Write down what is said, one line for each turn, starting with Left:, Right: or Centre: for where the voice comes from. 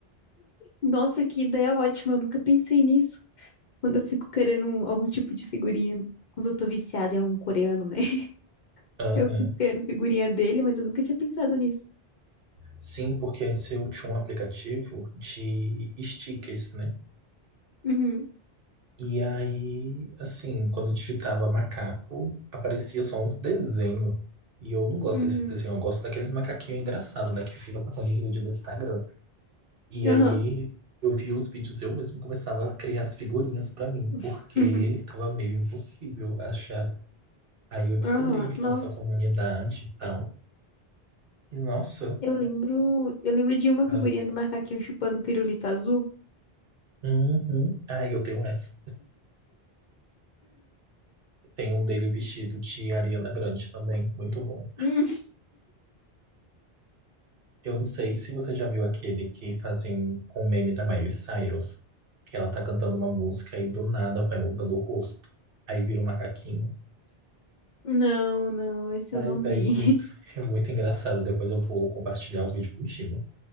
Left: Nossa, que ideia ótima. Eu nunca pensei nisso. Quando eu fico querendo um- algum tipo de figurinha. Quando eu tô viciada em algum coreano, né? <laughs>
Right: Aham.
Left: Eu fico querendo figurinha dele, mas eu nunca tinha pensado nisso.
Right: Sim, porque antes eu tinha um aplicativo de stickers, né?
Left: Uhum,
Right: E aí, assim, quando eu digitava macaco, aparecia só uns desenhos. E eu não gosto
Left: uhum.
Right: desses desenhos, eu gosto daqueles macaquinhos engraçados, né? Que fica passando os vídeos do Instagram. E aí
Left: Aham,
Right: eu via os vídeos e eu mesmo começava a criar as figurinhas pra mim,
Left: <laughs>
Right: porque tava meio impossível achar. Aí eu descobri
Left: aham. Nossa.
Right: essa comunidade e tal. E nossa,
Left: Eu lembro, eu lembro de uma
Right: ah,
Left: figurinha do macaquinho chupando pirulito azul.
Right: uhum. Ah, eu tenho essa. Tem um dele vestido de Ariana Grande também, muito bom.
Left: Hum.
Right: Eu não sei se você já viu aquele que fazem com o meme da Miley Cyrus, que ela tá cantando uma música e do nada vai mudando o rosto. Aí vira um macaquinho.
Left: Não, não, esse
Right: Ai,
Left: eu não
Right: velho,
Left: vi.
Right: muito, é muito engraçado. Depois eu vou compartilhar o vídeo contigo,